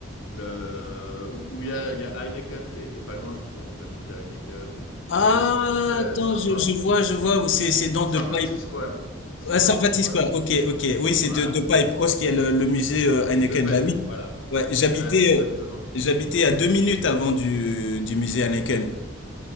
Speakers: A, on the left; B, on the left.
A: Le, où où il y a, il y a Heineken qui est, qui est pas loin, justement. Tu as le musée Heineken et, tu,
B: Ah
A: et c'est très
B: attends
A: sympa.
B: je, je vois je vois c'est c'est dans
A: Sarfati
B: The Pipe.
A: Square. Sarfati
B: Ah c'est en Baptiste
A: Square
B: quoi. Ok ok oui c'est
A: Voilà.
B: de The Pipe House qui est le, le musée euh, Heineken.
A: The Pipe,
B: Bah oui.
A: voilà.
B: Ouais j'habitais
A: Voilà, exactement.
B: euh, j'habitais à deux minutes avant du du musée Heineken.